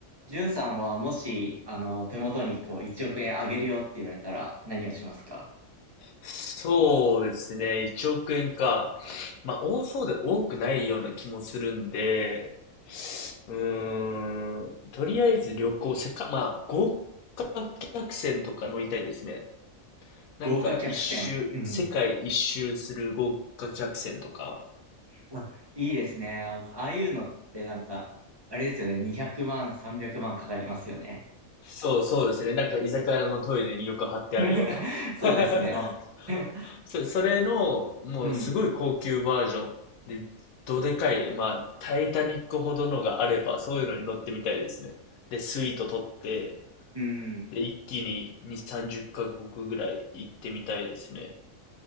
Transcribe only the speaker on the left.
そうですね。1億円か。まあ、多そうで多くないような気もするんで、うーん、とりあえず旅行、せっか、まあ、豪華客船とか乗りたいですね。なんか一周、
世界一周する豪華客船とか。
そうそうですね。なんか居酒屋のトイレによく貼ってあるような。
<laughs>
そ、それの、もうすごい高級バージョンで、
どでかい、まあ、タイタニックほどのがあれば、そういうのに乗ってみたいですね。で、スイート取って、
で、一気に2、30カ国ぐらい行ってみたいですね。